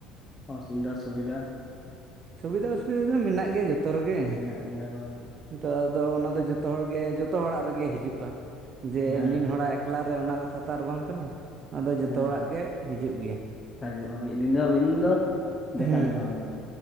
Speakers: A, on the left; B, on the right.
A: ᱵᱟ <unintelligible> ᱥᱩᱵᱤᱫᱷᱟ
B: ᱥᱩᱵᱤᱫᱫᱷᱟ ᱚᱼᱥᱩᱵᱤᱫᱫᱷᱟ ᱫᱚ ᱢᱮᱱᱟᱜ ᱜᱮᱭᱟ ᱡᱚᱛᱚ ᱨᱮᱜᱮ ᱛᱳ
A: ᱢᱮᱱᱟᱜ ᱜᱮᱭᱟ ᱦᱳᱭ
B: ᱦᱤᱛᱚᱜ ᱟᱫᱚ ᱚᱱᱟ ᱫᱚ ᱡᱚᱛᱚ ᱦᱚᱲᱜᱮ ᱡᱚᱛᱚ ᱚᱲᱟᱜ ᱨᱮᱜᱮ ᱦᱤᱡᱩᱜᱼᱟ ᱡᱮ
A: ᱦᱮᱸ
B: ᱢᱤᱫ ᱦᱚᱲᱟᱜ ᱮᱠᱞᱟ ᱨᱮ ᱚᱱᱟ ᱠᱟᱛᱷᱟ ᱛᱚ ᱟᱨ ᱵᱟᱝ ᱠᱟᱱᱟ ᱟᱫᱚ ᱡᱚᱛᱚ
A: ᱦᱮᱸ
B: ᱦᱚᱲᱟᱜ ᱜᱮ ᱦᱤᱡᱩᱜ ᱜᱮᱭᱟ
A: <unintelligible> ᱢᱤᱫ ᱫᱤᱱ ᱫᱚ ᱢᱤᱫ ᱫᱤᱱ ᱫᱚ ᱫᱮᱠᱷᱟ
B: ᱦᱩᱸ
A: ᱫᱚᱭ ᱮᱢᱟᱢ ᱜᱮᱭᱟ